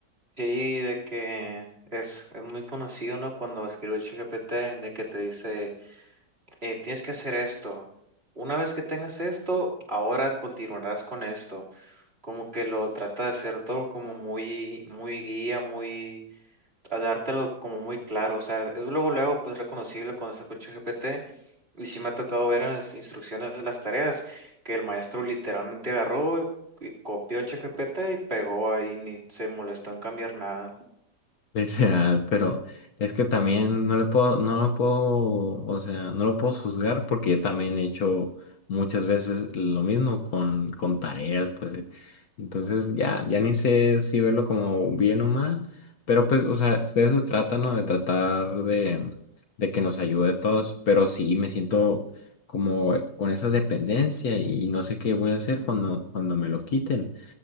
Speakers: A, on the right; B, on the left.
A: Sí, de que es, es muy conocido, ¿no? Cuando escribió el ChatGPT, de que te dice, eh, tienes que hacer esto. Una vez que tengas esto, ahora continuarás con esto. Como que lo trata de hacer todo como muy, muy guía, muy, a dártelo como muy claro. O sea, es luego, luego, pues reconocible cuando está con ChatGPT. Y sí me ha tocado ver en las instrucciones de las tareas que el maestro literalmente agarró y copió el ChatGPT y pegó ahí, ni se molestó en cambiar nada.
B: Literal, pero es que también no le puedo, no lo puedo, o sea, no lo puedo juzgar porque yo también he hecho muchas veces lo mismo con, con tareas, pues. eh, Entonces ya, ya ni sé si verlo como bien o mal, pero pues, o sea, de eso se trata, ¿no? De tratar de, de que nos ayude a todos, pero sí me siento como con esa dependencia y, y no sé qué voy a hacer cuando, cuando me lo quiten